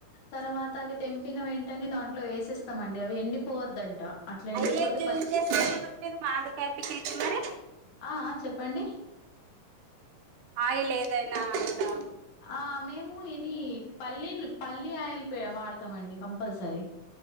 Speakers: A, on the left; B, on the right.
A: తర్వాత అవి తెంపిన వెంటనే దాంట్లో వేసేస్తము అండి అవి ఎండిపోవద్దంట అట్లా ఎండిపోతే
B: లేట్
A: పచ్చి
B: జెస్తరు మరి మీరు మామిడి కాయ పికిల్కి మరి
A: ఆ ఆ చెప్పండి
B: ఆయిలేదైనా నా
A: ఆ మేము ఇది పల్లిల్ పల్లీ ఆయిల్ పె వాడతమండి కంపల్సరీ